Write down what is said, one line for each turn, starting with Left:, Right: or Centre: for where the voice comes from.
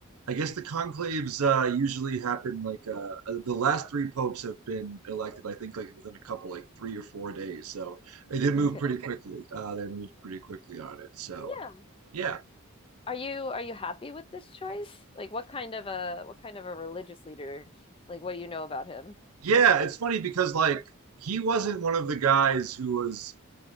Right: I guess the conclaves uh, usually happen like uh, uh, the last three popes have been elected. I think like within a couple, like three or four days. So they did move
Left: Okay.
Right: pretty Okay. quickly. Uh, they moved pretty quickly on it. So
Left: Yeah.
Right: yeah,
Left: Are you are you happy with this choice? Like what kind of a what kind of a religious leader? Like what do you know about him?
Right: yeah. It's funny because like he wasn't one of the guys who was.